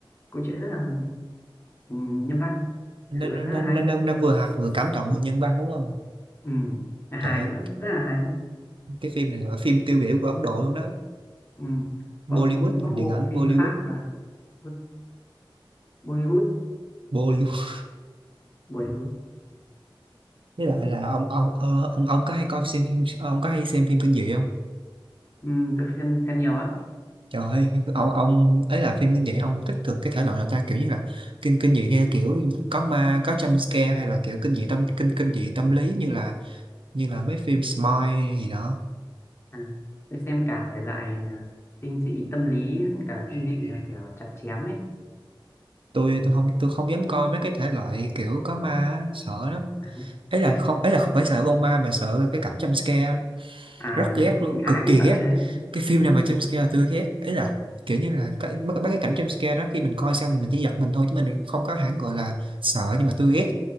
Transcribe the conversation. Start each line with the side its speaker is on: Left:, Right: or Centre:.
Left: câu chuyện rất là ừm, nhân văn
Right: nên
Left: thực sự là
Right: nên
Left: rất
Right: nên,
Left: là hay
Right: nên, nên nên vừa hài vừa cảm động vừa nhân văn đúng không
Left: Ừm, là hài
Right: trời ơi,
Left: nữa rất là hài nhé
Right: cái phim này là phim tiêu biểu của Ấn Độ luôn đó
Left: Ừm,
Right: Bollywood
Left: còn
Right: ngành
Left: có một
Right: điện
Left: bộ
Right: ảnh
Left: phim
Right: Bollywood
Left: khác là Bo- Bollywood
Right: Bollywood
Left: Ừm, Bollywood
Right: với lại là ông ông ờ, ông ông có hay coi xem phim ông có hay xem phim kinh dị không
Left: Ừ, tôi xem xem nhiều á
Right: Trời ơi, ông ông ấy là phim kinh dị ông thích thường cái thể loại nào ta kiểu như là kinh kinh dị theo kiểu có ma có jump scare
Left: à,
Right: hay là kiểu kinh dị tâm kinh kinh dị tâm lý như là như là mấy phim Smile gì đó.
Left: à, tôi xem cả thể loại à, kinh dị tâm lý lẫn cả kinh dị là kiểu chặt chém ấy
Right: Tôi
Left: Đấy.
Right: tôi không tôi không dám coi mấy cái thể loại kiểu có ma á, sợ lắm.
Left: à,
Right: Ấy là
Left: thế à
Right: không ấy là không phải sợ con ma mà sợ cái cảnh jump scare
Left: À,
Right: rất ghét
Left: đúng
Right: luôn,
Left: ai
Right: cực
Left: cũng
Right: kỳ
Left: sợ
Right: ghét.
Left: cái đấy nhỉ?
Right: Cái phim nào
Left: Ừ,
Right: mà jump scare là tôi ghét. Ấy là kiểu như là cái mấy mấy cái cảnh jump scare đó khi mình coi xong thì mình chỉ giật mình thôi chứ mình không có hẳn gọi là sợ nhưng mà tôi ghét